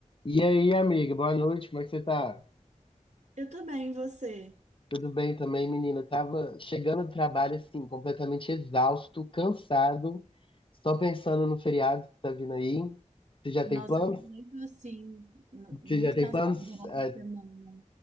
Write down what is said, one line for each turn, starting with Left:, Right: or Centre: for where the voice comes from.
Left: E aí, amiga, boa noite, como é que você tá?
Right: Eu tô bem, e você?
Left: Tudo bem também, menina? Eu Tava chegando do trabalho, assim, completamente exausto, cansado, só pensando no feriado que tá vindo aí. Você já tem
Right: Nossa,
Left: planos?
Right: eu também tô muito assim, n- muito
Left: Você já tem
Right: cansada
Left: planos?
Right: durante
Left: Ah,
Right: a semana.